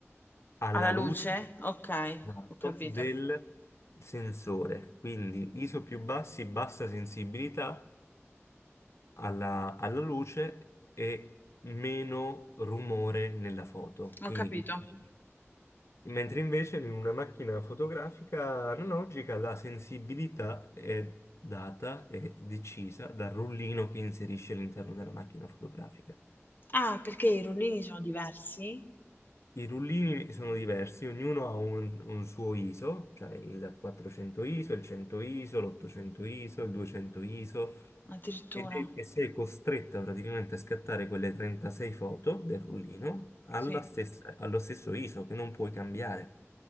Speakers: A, on the left; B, on the left.
A: alla
B: Alla luce?
A: luce,
B: Ok,
A: esatto,
B: ho capito,
A: del sensore. Quindi ISO più bassi, bassa sensibilità alla, alla luce e meno rumore nella foto. Quindi
B: ho capito.
A: che significa? Mentre invece in una macchina fotografica analogica la sensibilità è data e decisa dal rullino che inserisce all'interno della macchina fotografica.
B: Ah, perché i rullini sono diversi?
A: I rullini sono diversi, ognuno ha un, un suo ISO, cioè il 400 ISO, il 100 ISO, l'800 ISO, il 200 ISO,
B: Addirittura.
A: ed è- e sei costretta praticamente a scattare quelle 36 foto del rullino alla
B: Sì,
A: stessa- allo stesso ISO che non puoi cambiare.